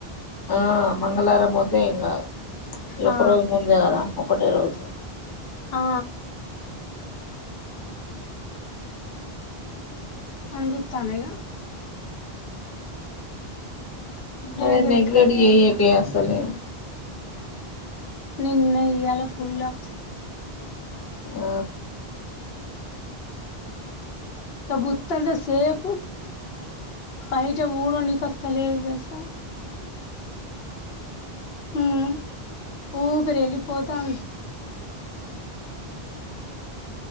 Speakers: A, on the left; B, on the left.
A: ఆ అమ్మ మంగళారం పోతే ఇంగా ఇ ఒక్క
B: ఆ
A: రోజు ముందే గాదా ఒకటే రోజు
B: ఆ అనీ జుత్తందిగా లేదు
A: అదే నెగలేట్
B: ఎక్కడిదే
A: చేయకే అసలే
B: నిన్నా ఇయలా ఫుల్ ఆఫీస్
A: ఆ
B: ఇక బుత్తంత సేపు బయట ఊడవనికి ఆ. దెలుసా హ్ ఊపిరి వెళ్ళిపోతాంది.